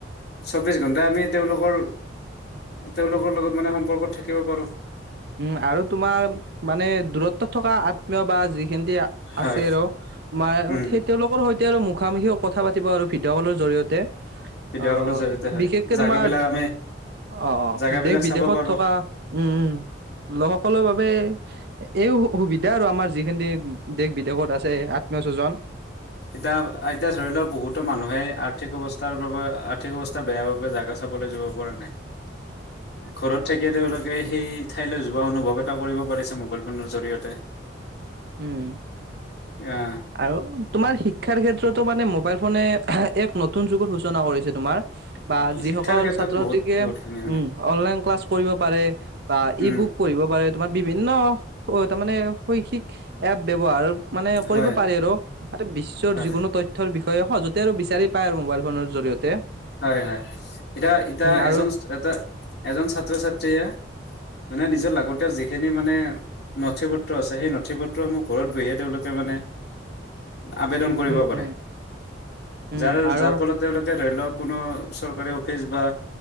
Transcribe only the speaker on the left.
চৌবিশ ঘণ্টা আমি তেওঁলোকৰ, তেওঁলোকৰ লগত মানে সম্পৰ্কত থাকিব পাৰোঁ।
হয়
উম
ভিডিঅ'
কলৰ জৰিয়তে হয়
জাগাবিলাক
আমি
জাগাবিলাক
চাব পাৰো
এতিয়া, এতিয়া ধৰি লওক বহুতো মানুহে আৰ্থিক অৱস্থাৰ বাবে আৰ্থিক অৱস্থা বেয়া বাবে জাগা, চাবলৈ যাব পৰা নাই।
ঘৰত থাকি এতিয়া তেওঁলোকে সেই ঠাইলৈ যোৱা অনুভৱ এটা কৰিব পাৰিছে মোবাইল ফোনৰ জৰিয়তে।
অ'
শিক্ষাৰ ক্ষেত্ৰত
বহুত
বহুতখিনি
উম
হয়
পাৰে
হয় হয় এতিয়া এতিয়া
এজন, এটা এজন ছাত্ৰ ছাত্ৰীয়ে মানে নিজৰ লাগতিয়াল যিখিনি মানে, নথি পত্ৰ আছে। সেই নথি পত্ৰসমূহ ঘৰত বহিয়ে তেওঁলোকে মানে, আবেদন কৰিব
পাৰে।
যাৰ
যাৰ, ফলত তেওঁলোকে ধৰি লওক কোনো চৰকাৰী অফিচ বা,